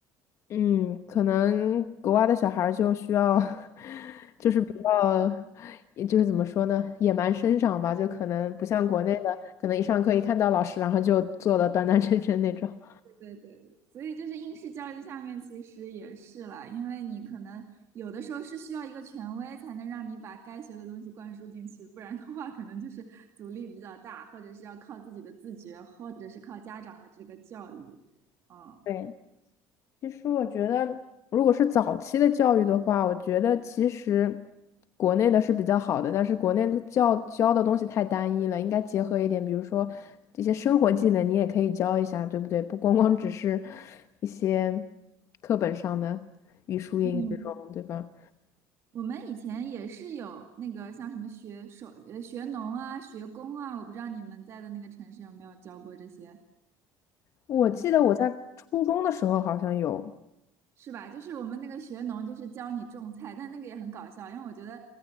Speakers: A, on the left (about 45°); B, on the right (about 40°).
A: 嗯，可能国外的小孩儿就需要，<laughs> 就是比较，也就是怎么说呢，野蛮生长吧，就可能不像国内的，可能一上课一看到老师，然后就坐的端端 <laughs> 正正那种。
B: 对对对，所以就是应试教育下面其实也是啦，因为你可能有的时候是需要一个权威才能让你把该学的东西灌输进去，不然的话可能就是阻力比较大，或者是要靠自己的自觉，或者是靠家长的这个教育。嗯
A: 对，其实我觉得，如果是早期的教育的话，我觉得其实国内的是比较好的，但是国内的教教的东西太单一了，应该结合一点，比如说这些生活技能，你也可以教一下，对不对？不光光只是一些课本上的语数英语这种，
B: 嗯，
A: 对吧？
B: 我们以前也是有那个像什么学手、呃学农啊、学工啊，我不知道你们在的那个城市有没有教过这些
A: 我记得我在初中的时候好像有，
B: 是吧？就是我们那个学农，就是教你种菜，但那个也很搞笑，因为我觉得